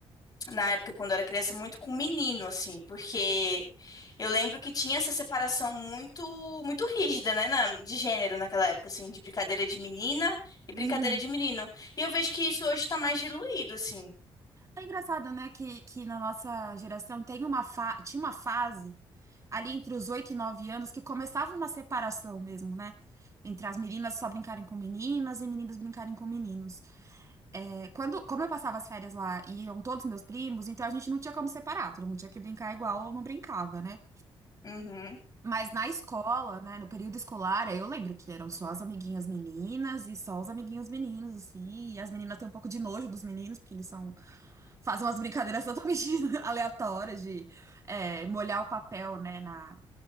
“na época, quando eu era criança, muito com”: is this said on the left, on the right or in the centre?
Left